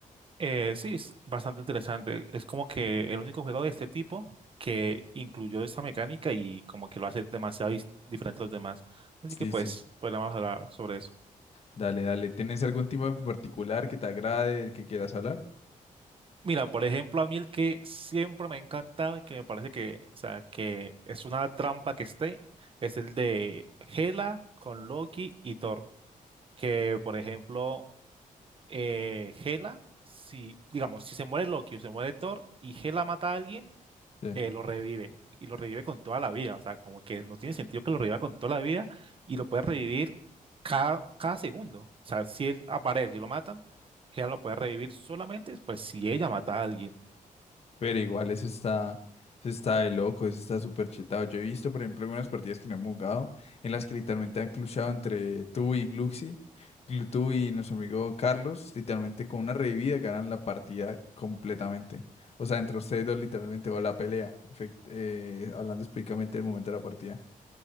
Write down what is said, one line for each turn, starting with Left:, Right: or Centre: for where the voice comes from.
Right: Eh, sí, es bastante interesante. Es como que el único juego de este tipo que incluyó esta mecánica y como que lo hace demasiado dis- diferente a los demás. Así
Left: Sí,
Right: que pues,
Left: sí.
Right: podríamos hablar sobre eso.
Left: Dale, dale. ¿Tienes algún team-up en particular que te agrade, del que quieras hablar?
Right: Mira, por ejemplo, a mí el que siempre me ha encantado y que me parece que, o sea, que es una trampa que esté, es el de Hela con Loki y Thor. Que, por ejemplo, eh, Hela, si, digamos, si se muere Loki o se muere Thor y Hela mata a alguien,
Left: Sí.
Right: eh, lo revive y lo revive con toda la vida. O sea, como que no tiene sentido que lo reviva con toda la vida y lo puede revivir cada, cada segundo. O sea, si él aparece y lo matan, ella lo puede revivir solamente pues si ella mata a alguien.
Left: Pero igual eso está, eso está de loco, eso está súper chetado. Yo he visto, por ejemplo, algunas partidas que no hemos jugado en las que literalmente han cluchado entre tú y Gluxy, glu- tú y nuestro amigo Carlos, literalmente con una revivida ganan la partida completamente. O sea, entre ustedes dos literalmente va la pelea, efect- eh, hablando específicamente del momento de la partida.